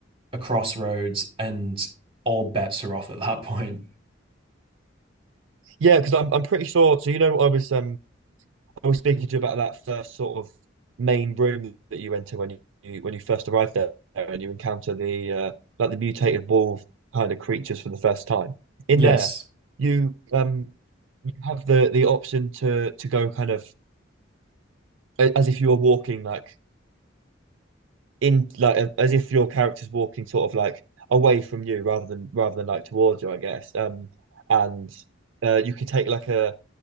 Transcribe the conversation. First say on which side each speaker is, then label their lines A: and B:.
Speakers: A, on the right; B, on the right.
A: a crossroads and all bets are off at that <laughs> point.
B: Yeah, because I'm I'm pretty sure. So you know, I was um I was speaking to you about that first sort of main room that you enter when you when you first arrive there and you encounter the uh, like the mutated wolf kind of creatures for the first time. In
A: Yes.
B: there, you um you have the the option to to go kind of a- as if you were walking like in like a- as if your character's walking sort of like away from you rather than rather than like towards you, I guess. Um, and uh, you can take like a